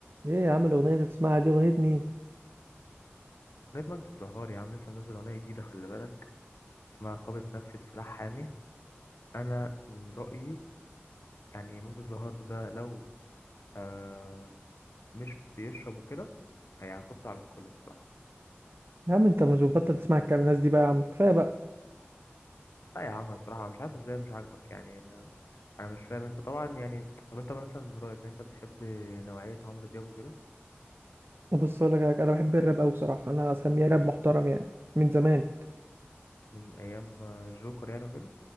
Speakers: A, on the right (about 60°); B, on the left (about 75°).
A: ايه يا عم الاغنيه اللي بتسمعها دي اغنيه مين
B: أغنية مجد الزهار يا عم لسه منزل أغنية جديدة خلي بالك اسمها خابط نفسي بسلاح حامي أنا من رأيي يعني مجد الزهار ده لو آه مش بيشرب وكده هيعاقبته على الكل بصراحة
A: يا عم انت مش بتبطل تسمع الكلام الناس دي بقى يا عم كفايه بقى
B: لا يا عم بصراحة مش عارف ازاي مش عاجبك يعني أنا أنا مش فاهم أنت طبعا يعني طب أنت مثلا من رأيك أنت بتحب نوعية عمرو دياب وكده
A: وبص اقول لك حاجة، انا بحب الراب قوي بصراحه انا اسميها راب محترم يعني من زمان
B: من أيام آه، الجوكر يعني وكده